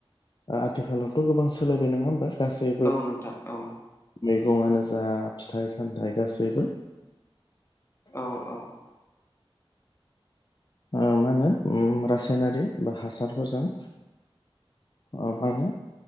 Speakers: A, on the left; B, on the left.
A: ओ आथिखालावथ' गोबां सोलायबाय नङा होमबा गासैबो
B: औ नोंथां औ
A: मैगंनो जा फिथाइ सामथाइ गासैबो
B: औ औ
A: उम मा होनो रासायनारि बा हासारफोरजों अ बानो